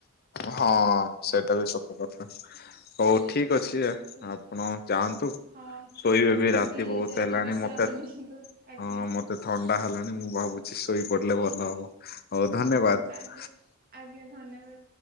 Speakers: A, on the left; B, on the right.
A: ହଁ ସେଇଟା ବି ସତ କଥା। ହଉ ଠିକ ଅଛି
B: ଠିକ୍
A: ଆପଣ
B: ଅଛି
A: ଯାଆନ୍ତୁ।
B: ହଁ
A: ଶୋଇବେ
B: ଆପଣ
A: ବି ରାତି ବହୁତ
B: ଯାଇକି
A: ହେଲାଣି
B: ବିଶ୍ରାମ
A: ମତେ
B: ନିଅନ୍ତୁ ଆଜ୍ଞା।
A: ହଁ ମତେ ଥଣ୍ଡା ହେଲାଣି ମୁଁ ଭାବୁଛି ଶୋଇ ପଡ଼ିଲେ ମ ହଉ ହଉ ଧନ୍ୟବାଦ।
B: ଆଜ୍ଞା ଆଜ୍ଞା ଧନ୍ୟବାଦ।